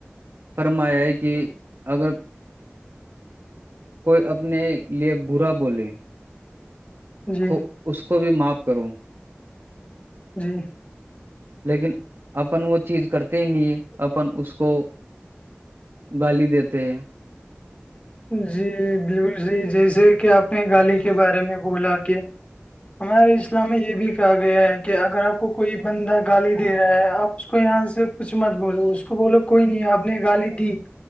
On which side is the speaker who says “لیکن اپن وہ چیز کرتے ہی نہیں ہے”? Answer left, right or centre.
Right